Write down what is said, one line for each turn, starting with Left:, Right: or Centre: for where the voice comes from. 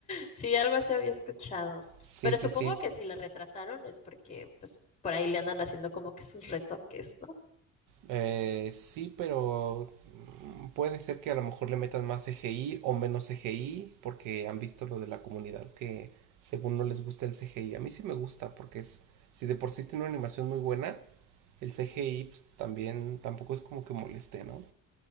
Left: Sí, algo así había escuchado.
Right: Sí,
Left: Pero
Right: sí,
Left: supongo
Right: sí.
Left: que si la retrasaron es porque, pues, por ahí le andan haciendo como que sus retoques, ¿no?
Right: Eh, sí, pero mm, puede ser que a lo mejor le metan más CGI o menos CGI porque han visto lo de la comunidad que según no les gusta el CGI. A mí sí me gusta porque es, si de por sí tiene una animación muy buena, el CGI pues, también tampoco es como que moleste, ¿no?